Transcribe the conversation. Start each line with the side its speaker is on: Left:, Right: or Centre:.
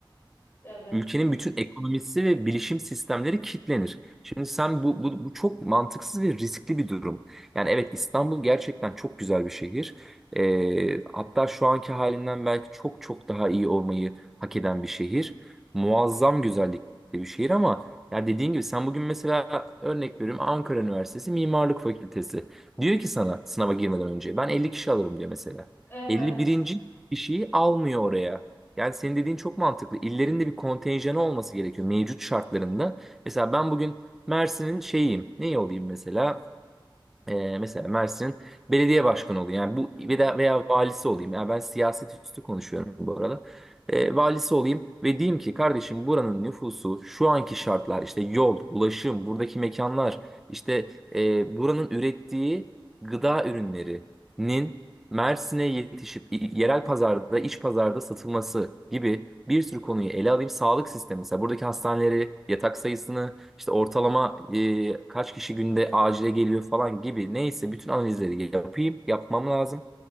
Left: Evet.
Centre: Ülkenin bütün ekonomisi ve bilişim sistemleri kilitlenir. Şimdi sen bu, bu, bu çok mantıksız ve riskli bir durum. Yani evet İstanbul gerçekten çok güzel bir şehir. Ee, hatta şu anki halinden belki çok çok daha iyi olmayı hak eden bir şehir. Muazzam güzellikli bir şehir ama ya dediğin gibi sen bugün mesela örnek veriyorum Ankara Üniversitesi Mimarlık Fakültesi. Diyor ki sana sınava girmeden önce ben 50 kişi alırım diyor mesela.
Left: Evet.
Centre: elli birinci kişiyi almıyor oraya. Yani senin dediğin çok mantıklı. İllerin de bir kontenjanı olması gerekiyor mevcut şartlarında. Mesela ben bugün Mersin'in şeyiyim. Ne olayım mesela? Ee, mesela Mersin'in belediye başkanı olayım. Yani bu
Left: Hı hı.
Centre: veya, veya valisi olayım. Yani ben siyaset üstü konuşuyorum bu arada. Ee, valisi olayım ve diyeyim ki kardeşim buranın nüfusu şu anki şartlar işte yol, ulaşım, buradaki mekanlar işte e, buranın ürettiği gıda ürünlerinin Mersin'e yetişip i- yerel pazarda, iç pazarda satılması gibi bir sürü konuyu ele alayım. Sağlık sistemi mesela buradaki hastaneleri, yatak sayısını işte ortalama e, kaç kişi günde acile geliyor falan gibi neyse bütün analizleri yapayım, yapmam lazım.